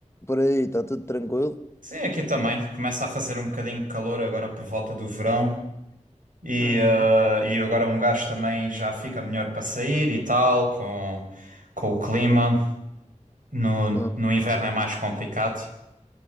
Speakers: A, on the left (about 20°); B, on the right (about 90°).
A: Por aí, está tudo tranquilo?
B: Sim, aqui também. Começa a fazer um bocadinho de calor agora por volta do verão. E,
A: Uhum.
B: eh, e agora um gajo também já fica melhor para sair e tal, com, com o clima. No,
A: Não,
B: no inverno é mais complicado.